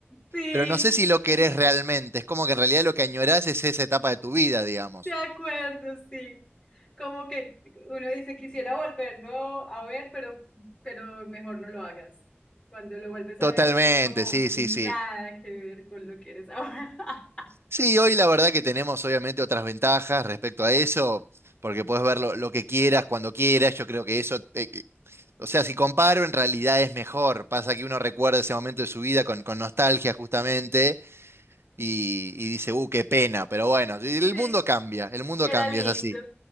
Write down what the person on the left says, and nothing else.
Sí.
<laughs> De acuerdo, sí. Como que uno dice, quisiera volverlo a ver, pero, pero mejor no lo hagas. Cuando lo vuelves
a ver, es como
nada
que ver con lo que eres ahora. <laughs>
Sí,
era
lindo.